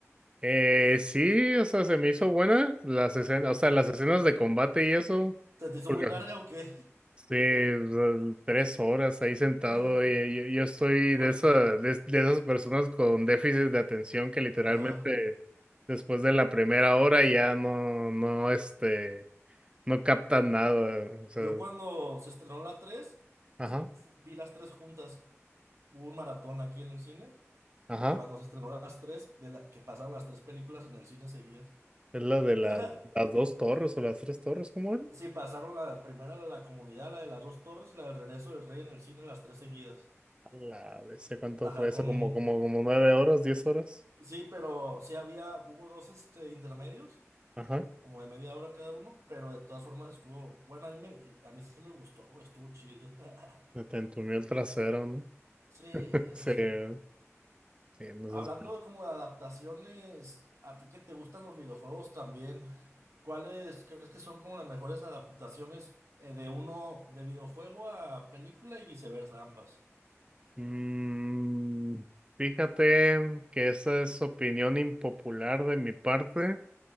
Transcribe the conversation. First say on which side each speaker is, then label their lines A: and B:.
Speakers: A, on the right; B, on the right.
A: Eh, sí, o sea, se me hizo buena las escenas, o sea,
B: ajá.
A: las escenas de combate y eso,
B: ¿Se te hizo
A: porque
B: muy larga o qué?
A: sí, o sea, tres horas ahí sentado
B: <laughs>
A: y yo, yo estoy
B: Oye,
A: de esa, de, de esas personas con déficit de atención que literalmente
B: ajá.
A: después de la primera hora ya no, no, este No captan nada. O sea,
B: Yo cuando se estrenó la tres
A: ajá,
B: fu- vi las tres juntas. Hubo un maratón aquí en el cine.
A: ajá.
B: Cuando se estrenó las tres, de la, que pasaron las tres películas en el cine seguidas.
A: Es la de la-
B: <laughs>
A: las dos torres o las tres torres, ¿cómo era?
B: Sí, pasaron la primera, la de la comunidad, la de las dos torres, la del regreso del rey en el cine, las tres seguidas.
A: A La vez, ¿cuánto
B: Ajá,
A: fue
B: con
A: eso? Como,
B: un...
A: como, como nueve horas, diez horas.
B: Sí, pero sí había, hubo dos este, intermedios,
A: Ajá.
B: como de media hora cada uno, pero de todas formas estuvo, bueno, a mí, me, a mí sí me gustó, güey, estuvo chido. <laughs>
A: Se te entumió el trasero, ¿no?
B: Sí, eso
A: Sí,
B: sí.
A: sí, en esas
B: Hablando
A: pel-
B: de como de adaptaciones, a ti que te gustan los videojuegos también, ¿cuáles crees que son como las mejores adaptaciones eh, de uno, de videojuego a película y viceversa, ambas?
A: Mm, fíjate que esa es opinión impopular de mi parte,